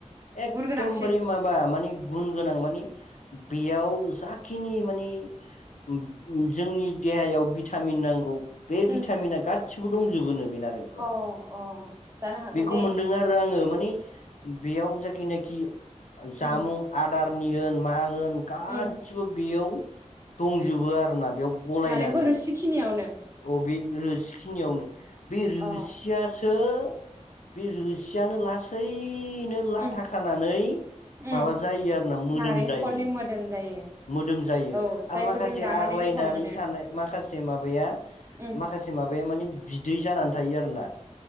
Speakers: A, on the left; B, on the right.
A: एकदमबारे
B: गुन गोनांसिन
A: माबा माने गुन गोनां मानि बेयाव जाखिनि माने उम जोंनि देहायाव बिटामिन नांगौ बे भिटामिना
B: उम
A: गाद गासिबो दंजोबोनो बेखौ
B: अ अ जानो हागौ दै
A: मोनदों आरो आङो माने <inaudible> बेयाव जाखिनाखि <inaudible> जामुं
B: उम
A: आद थारनि होन मा होन गासिबो
B: उम
A: बेयाव दंजोबो आरोना बेयाव गलायनानै
B: नारेंखल रोसिखिनियावनो
A: अबे रोसिखिनियावनो बे रोसियासो
B: अ
A: बे रोसियानो लास ओइ नो लाथा
B: उम
A: खानानै
B: उम
A: माबा जायो आरोना मोदोम
B: नारेंखलनि
A: जायोनो
B: मोदोम जायो
A: मोदम जायो
B: औ
A: आरो
B: जायखौ
A: माखासे
B: जों जानानै
A: आग्लायनानै
B: गोथाव मोनो
A: थानाय माखासे मबाया
B: उम
A: माखासे मबाया माने बिदै जानानै था थायो आरो ना